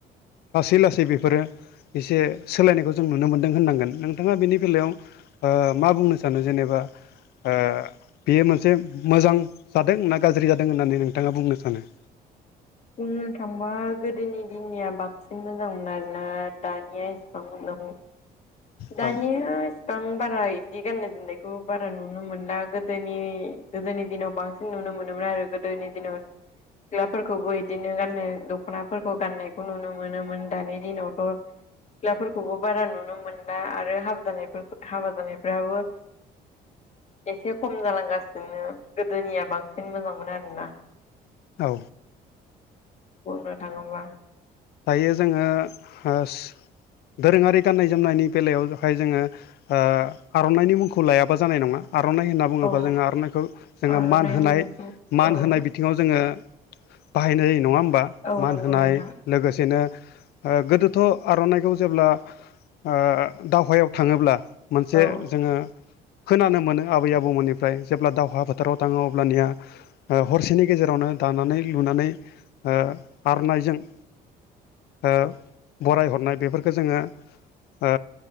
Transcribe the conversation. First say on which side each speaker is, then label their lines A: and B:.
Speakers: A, on the left; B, on the left.
A: लासै लासै बेफोरो एसे सोलायनायखौ जों नुनो मोनदों होननांगोन नोंथाङा बेनि बेलायाव मा बुंनो सानो जेनेबा ओ बेयो मोनसे मोजां जादों ना गाज्रि जादों होननानै नोंथाङा बुंनो सानो?
B: बुंनो थांबा गोदोनि दिननिया बांसिन मोजांमोन आरोना दानिया औ नंगौ दानिया
A: औ
B: बां बारा इदि गाननाय जोमनायखौ बारा नुनो मोनला गोदोनि गोदोनि दिनाव बां नुनो मोनोमोन आरो गोदोनि दिनाव सिख्लाफोरखौबो इदिनो गाननो दख'नाफोरखौ गाननायखौ नुनो मोनोमोन। दानि दिनावथ' सिख्लाफोरखौबो बारा नुनो मोन ला आरो हाबा जानायफोरखो हाबा जानायफ्राबो एसे खम जालांगासिनो गोदोनिया बांसिन मोजांमोन आरोना।
A: औ।
B: बुंनो थाङोब्ला।
A: दायो जोङो होस दोरोङारि गाननाय जोमनायनि बेलायावहाय जोङो ओ आर'नाइनि मुंखौ लायाबा जानाय नङा आर'नाइ होनना बुंङोबा
B: औ
A: जोङो आर'नाइखौ जोङो
B: आर'नाइ
A: मान होनाय
B: होनब्लाथ'
A: मान
B: औ
A: होनाय बि थिङाव जोङो बाहायनाय जायो नङा होमबा?
B: औ
A: मान
B: नंगौ
A: होनाय
B: नोंथां
A: लोगोसेनो ओ गोदोथ' आर'नाइखौ जेब्ला ओ दावहायाव थांङोब्ला मोनसे
B: औ
A: जोङो खोनानो मोनो आबै आबौमोननिफ्राय जेब्ला दावहा फोथाराव थांङो अब्लानिया ओ हरसेनि गेजेरावनो दानानै लुनानै ओ आर'नायजों ओ बराय हरनाय बेफोरखौ जोङो ओ